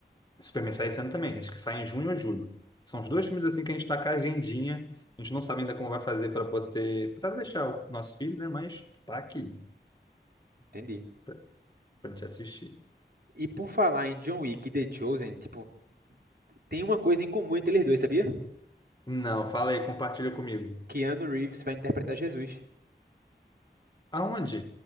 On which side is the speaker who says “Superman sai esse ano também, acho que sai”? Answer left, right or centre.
Left